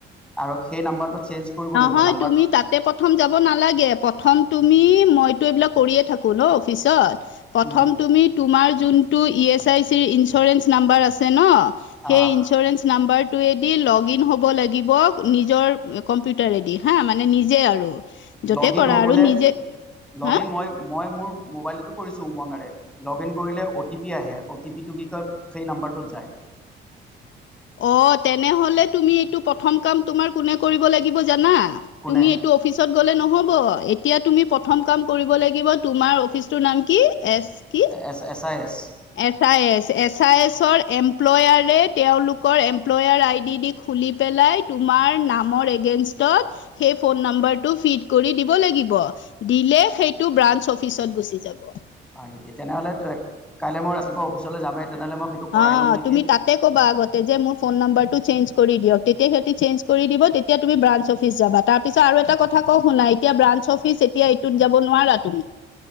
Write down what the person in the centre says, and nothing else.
আৰু সেই নম্বটো চেঞ্জ কৰিব লাগিব।
নাম্বাৰ
উম,
আহ
লগ
ইন হ'বলে
লগ
ইন মই মোৰ মোবাইলটো কৰিছো উবাংৰে লগিন কৰিলে অতিপি আহে, অতিপি কি কয় সেই নাম্বাৰটোত যাই
কোনে
S S I S
হয় নেকি? তেনেহলে কাইলে মই ৰাতিপুৱা অফিচলে যামেই। তেনেহ'লে মই সেইটো কৰাই
ল'ম নেকি